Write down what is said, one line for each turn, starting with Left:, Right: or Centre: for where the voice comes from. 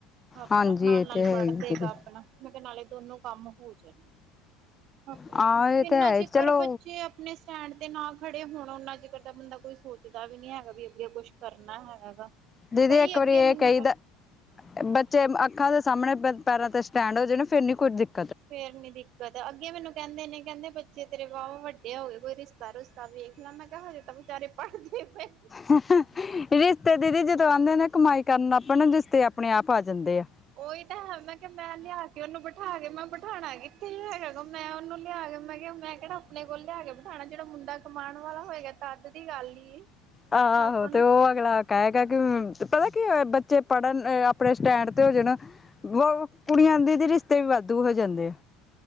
Right: ਆਪਣਾ
Left: ਹਾਂਜੀ
Right: ਨਾਲ-
Left: ਇਹ
Right: ਨਾਲ
Left: ਤੇ ਹੈ
Right: ਪੜ੍ਹ
Left: ਹੀ
Right: ਲੇਗਾ
Left: ਦੀਦੀ
Right: ਆਪਣਾ। ਮੈਂ ਕਿਹਾ ਨਾਲੇ ਦੋਨੋ ਕੰਮ ਹੋ ਜਾਣਗੇ। ਆਪਣਾ
Left: ਹਾਂ ਇਹ
Right: ਜਿੰਨਾ
Left: ਤੇ ਹੈ
Right: ਜਿਕਰ
Left: ਚਲੋ
Right: ਬੱਚੇ ਅਪ ਅਪਨੇ ਸਟੈਂਡ ਤੇ ਨਾ ਖੜੇ ਹੋਣ, ਉਨਾ ਚਿਕਰ ਤਾਂ ਬੰਦਾ ਕੋਈ ਸੋਚਦਾ ਵੀ ਨੀ ਹੈਗਾ। ਵੀ ਅੱਗੇ ਕੁਛ ਕਰਨਾ ਹੈ ਹੈਗਾ?
Left: ਦੀਦੀ,
Right: ਕਈ
Left: ਇੱਕ
Right: ਅੱਗੇ
Left: ਵਾਰੀ ਇਹ
Right: ਮੈਨੂੰ
Left: ਕਹੀਦੈ ਬੱਚੇ ਅੱਖਾਂ ਦੇ ਸਾਹਮਣੇ ਪ ਪੈਰਾਂ ਤੇ ਸਟੈਂਡ ਹੋ ਜਾਣ, ਫਿਰ ਨੀ ਕੁੱਝ ਦਿੱਕ
Right: ਫੇਰ ਨੀ ਦਿੱਕਤ, ਅੱਗੇ ਮੈਨੂੰ ਕਹਿੰਦੇ ਨੇ, ਕਹਿੰਦੇ ਬਈ ਬੱਚੇ ਤੇਰੇ ਵਾਵਾ ਵੱਡੇ ਹੋ ਗਏ, ਕੋਈ ਰਿਸ਼ਤਾ- ਰੁਸ਼ਤਾ ਵੇਖ ਲੈ। ਮੈਂ ਕਿਹਾ ਹਜੇ ਤੇ ਬੇਚਾਰੇ ਪੜ੍ਹਦੇ ਪਏ
Left: ਹੰ ਹੰ, ਰਿਸ਼ਤੇ ਦੀਦੀ ਜਦੋਂ ਆਉਂਦੇ ਨੇ, ਕਮਾਈ ਕਰਨ ਲੱਗ ਪੈਣ ਨਾ, ਰਿਸ਼ਤੇ ਆਪਣੇ ਆਪ ਆ ਜਾਂਦੇ ਐ।
Right: ਓਹੀ ਤਾਂ ਹੈ, ਮੈਂ ਕਿਹਾ ਮੈਂ ਲਿਆ ਕੇ ਉਹਨੂੰ ਬਿਠਾ ਕੇ, ਮੈਂ ਬਿਠਾਣਾ ਕਿੱਥ ਕੀ ਹੈਗਾ, ਮੈਂ ਉਹਨੂੰ ਲਿਆ ਕੇ ਮੈਂ ਕਿਹਾ ਮੈਂ ਕਿਹੜਾ ਆਪਣੇ ਕੋਲ ਲਿਆ ਕੇ ਬਿਠਾਣਾ। ਜਿਹੜਾ ਮੁੰਡਾ ਕਮਾਣ ਵਾਲਾ ਹੋਏਗਾ ਤਾਂ ਤੇ ਕਿ ਗੱਲ ਈ?
Left: ਆਹਹੋ
Right: ਆਪਣਾ
Left: ਤੇ ਉਹ ਅਗਲਾ ਕਹੈਗਾ ਕਿ, ਪਤਾ ਕੀ ਹੋਏ ਬੱਚੇ ਪੜ੍ਹਨ ਅ ਆਪਣੇ ਸਟੈਂਡ ਤੇ ਹੋ ਜਾਣ। ਵੋ ਕੁੜੀਆਂ ਦੇ ਰਿਸ਼ਤੇ ਵੀ ਵਾਧੂ ਹੋ ਜਾਂਦੇ ਆ।